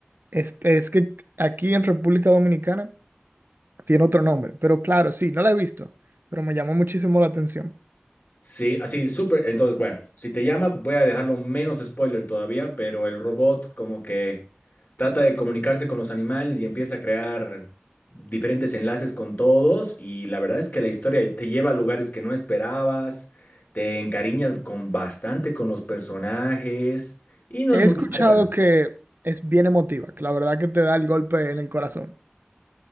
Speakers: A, on the right; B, on the left.
A: Es, es que aquí en República Dominicana tiene otro nombre, pero claro, sí, no la he visto, pero me llamó muchísimo la atención.
B: Sí, así, súper. Entonces, bueno, si te llama, voy a dejarlo menos spoiler todavía, pero el robot como que trata de comunicarse con los animales y empieza a crear diferentes enlaces con todos y la verdad es que la historia te lleva a lugares que no esperabas, te encariñas con bastante con los personajes y no
A: He
B: es muy
A: escuchado
B: larga.
A: que es bien emotiva, que la verdad que te da el golpe en el corazón. <laughs>